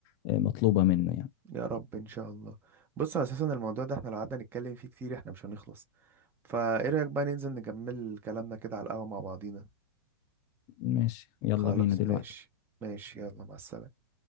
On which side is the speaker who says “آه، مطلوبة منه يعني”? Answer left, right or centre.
Left